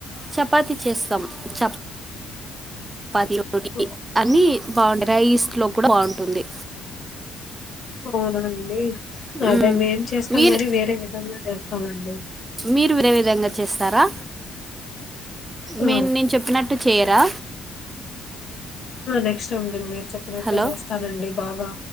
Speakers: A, on the right (about 20°); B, on the left (about 50°).
A: చపాతి చేస్తాం చెప్ చపాతి
B: ఓహ్!
A: అన్ని బాగుండేయి రైస్ లోకి కూడా బాగుంటుంది
B: అవునండి
A: మ్మ్.
B: అదే మేం చేస్తాం
A: మీరు
B: గానీ వేరే విధంలో చేస్తామండి
A: మీరు వేరే విధంగా చేస్తారా
B: ఆ!
A: మేం నేను చెప్పినట్టు చేయరా
B: నెక్స్ట్ అండి మీరు చెప్పినట్టే
A: హలో
B: చేస్తానండి బాగా